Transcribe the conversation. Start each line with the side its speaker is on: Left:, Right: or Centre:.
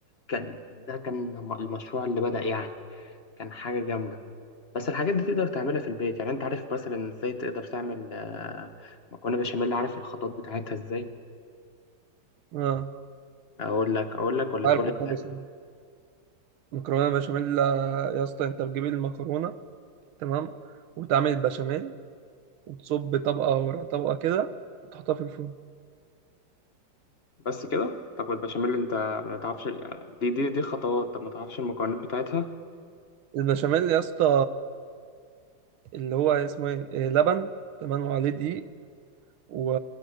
Left: كان ده كان الم- المشروع اللي بدأ يعني كان حاجة جامدة بس الحاجات دي تقدر تعملها في البيت يعني انت عارف مثلا ازاي تقدر تعمل آه، مكرونة بشاميل عارف الخطوات بتاعتها ازاي
Right: اه
Left: اقول لك اقول لك ولا
Right: عارف
Left: تقول انت
Right: خالص مكرونه بشاميل آه، يا اسطى انت بتجيب المكرونه تمام وتعمل البشاميل وتصب طبقه ورا طبقه كده وتحطها في الفرن
Left: بس كده طب البشاميل انت ما تعرفش ال- دي دي دي خطوات طب ما تعرفش المكونات بتاعتها
Right: البشاميل يا اسطى اللي هو اسمه ايه آه، لبن تمام وعليه دقيق و...